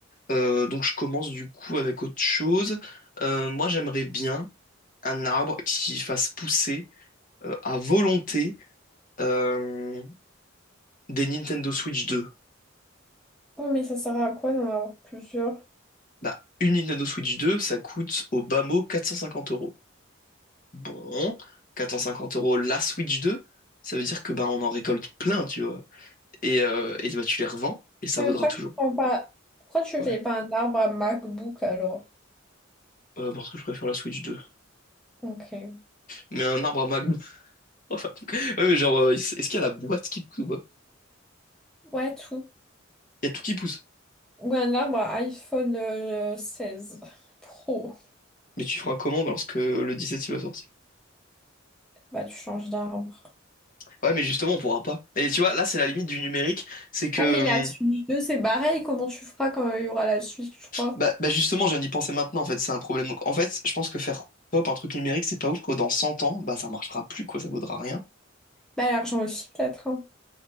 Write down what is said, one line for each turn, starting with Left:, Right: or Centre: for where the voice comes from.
Left: Euh, donc, je commence du coup avec autre chose. Euh, moi, j'aimerais bien un arbre qui fasse pousser euh, à volonté euh, des Nintendo Switch 2.
Centre: Ouais, mais ça sert à quoi d'en avoir plusieurs?
Left: Bah, une Nintendo Switch 2, ça coûte au bas mot 450 euros. Bon, 450 euros la Switch 2, ça veut dire que bah on en récolte plein, tu vois. Et, euh, et bah tu les revends et ça
Centre: Mais
Left: vaudra
Centre: pourquoi
Left: toujours.
Centre: tu prends pas... Pourquoi tu
Left: Ouais,
Centre: fais pas un arbre à MacBook alors?
Left: Euh, parce que je préfère la Switch 2.
Centre: Ok.
Left: Mais un arbre à Magnum. <laughs> Enfin, en tout cas. Ouais, mais genre, euh, est-ce qu'il y a la boîte qui pousse ou pas?
Centre: Ouais, tout.
Left: Il y a tout qui pousse.
Centre: Ou un arbre à iPhone euh, 16 Pro.
Left: Mais tu feras comment lorsque le 17 il va sortir?
Centre: Bah, tu changes d'arbre.
Left: Ouais, mais justement, on pourra pas. Et tu vois, là, c'est la limite du numérique. C'est que,
Centre: Ouais, mais la Switch
Left: hum,
Centre: 2, c'est pareil. Comment tu feras quand il y aura la Switch 3?
Left: bah, bah justement, j'ai viens d'y penser maintenant, en fait, c'est un problème. Donc, en fait, je pense que faire pop un truc numérique, c'est pas ouf, que dans 100 ans, bah, ça marchera plus, quoi, ça vaudra rien.
Centre: Bah, l'argent aussi, peut-être. hein.